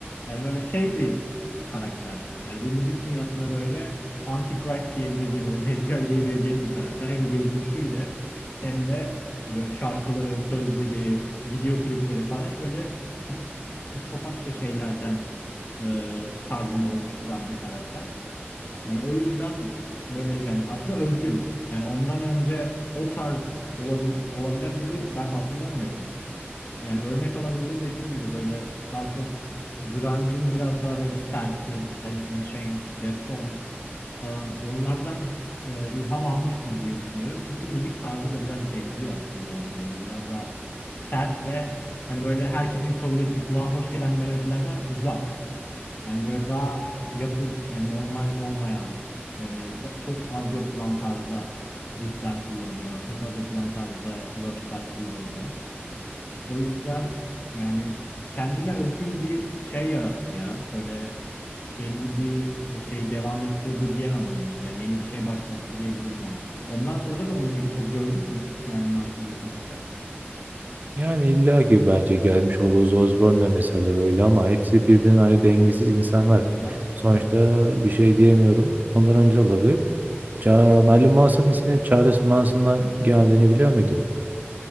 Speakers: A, on the left; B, on the right.
A: Yani böyle şey bir karakter. Yani bu müzik dünyasında böyle Antichrist diyebileceğim, böyle Deccal diyebileceğim bir karakter. Hem görünüşüyle hem de böyle şarkıları, sözleri, video klipleri falan hep böyle pis, psikopatça şeylerden e, tarzını oluşturan bir karakter. Yani o yüzden böyle yani aslında özgün. Yani ondan önce o tarz olabil, olabilen biri ben hatırlamıyorum. Yani örnek alabileceği dediğim gibi böyle daha çok grunge'ın biraz daha böyle serti Alice in Chains, Deftones falan onlardan e, ilham almıştır diye düşünüyorum. Çünkü müzik tarzı da biraz benziyor aslında onlara böyle biraz daha sert ve hani böyle herkesin kabul ettiği kulağa hoş gelen melodilerden uzak. Yani böyle daha yapı yani normal olmayan yani da- çok az yapılan tarzda riffler kullanıyor. Çok az yapılan tarzda verse'ler kullanıyor. O yüzden yani kendine özgün bir şey yarattı ya. Böyle belli bir e, şey devam ettirdi diyemem onun için. Yani yeni bir şey başlattı diyebilirim ama. Ondan sonra da onun gibi çok gördük mü? Hiç Marilyn Manson gibi bir karakter.
B: Yani illa ki bence gelmiş Ozzy Osbourne de mesela öyle ama hepsi birbirinden aynı dengesiz insanlar.
A: Ondan sonra.
B: Sonuçta bir şey diyemiyorum. Ondan önce de olabilir. Ça Marilyn Manson'un isminin Charles Manson'dan geldiğini biliyor muydun?